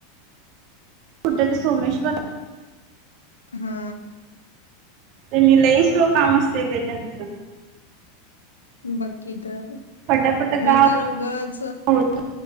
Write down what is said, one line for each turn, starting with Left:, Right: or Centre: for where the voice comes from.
Right: कुठ ते सोमेश्वर
Left: हा.
Right: त्यांनी लई स्लो काम असतय बई त्यांच
Left: बाकीत तर
Right: पटापट
Left: मी
Right: का
Left: तर उगच,
Right: होत